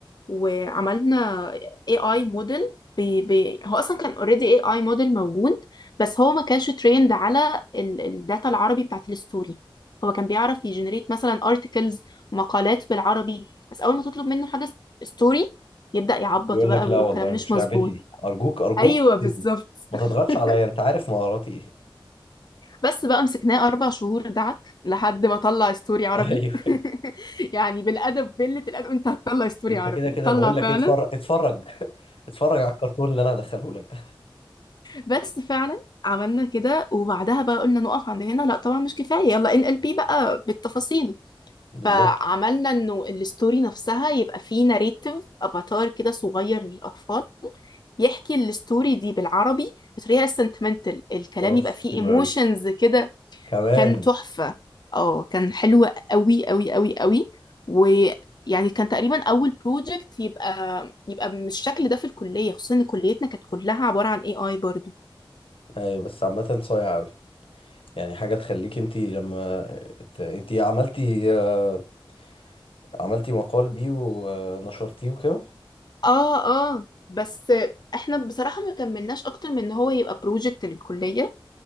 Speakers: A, on the left (about 50°); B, on the left (about 85°).
A: وعملنا اي اي موديل بي بي هو اصلا كان اوريدي اي اي موديل موجود بس هو ما كانش تريند على الداتا العربي بتاعت الستوري هو كان بيعرف يجنريت مثلا ارتكلز مقالات بالعربي بس اول ما تطلب منه حاجه ستوري يبدأ يعبط
B: يقول
A: بقى
B: لك لا
A: ويقول
B: والله
A: كلام مش
B: مش
A: مظبوط
B: لعبتي دي أرجوك أرجوك
A: ايوه بالظبط
B: سيبني ما تضغطش
A: <laughs>
B: عليا أنت عارف مهاراتي إيه
A: بس بقى مسكناه أربع شهور دعك لحد ما طلع ستوري عربي
B: <laughs> أيوه
A: <laughs> يعني بالأدب قلة الأدب أنت هتطلع ستوري
B: انت
A: عربي
B: كده كده
A: طلع
B: بقول
A: فعلا
B: لك اتفرج اتفرج <laughs> اتفرج على الكرتون اللي انا هدخله لك ده
A: بس فعلا عملنا كده وبعدها بقى قلنا نقف عند هنا لا طبعا مش كفاية يلا ان ال بي بقى بالتفاصيل
B: بالظبط
A: فعملنا انه الستوري نفسها يبقى فيه ناريتيف افاتار كده صغير للأطفال يحكي الستوري دي بالعربي بطريقة sentimental الكلام
B: اوف
A: يبقى فيه
B: حلو
A: ايموشنز
B: قوي
A: كده
B: كمان
A: كان تحفة اه كان حلو قوي قوي قوي قوي ويعني كان تقريبا اول بروجكت يبقى يبقى بالشكل ده في الكلية خصوصا ان كليتنا كانت كلها عبارة عن اي اي برضو
B: ايوه بس عامه صايع قوي يعني حاجه تخليك انت لما ت- انت عملتي آه، عملتي مقال بيه ونشرتيه وكده
A: اه اه بس احنا بصراحة ما كملناش اكتر من ان هو يبقى بروجكت للكلية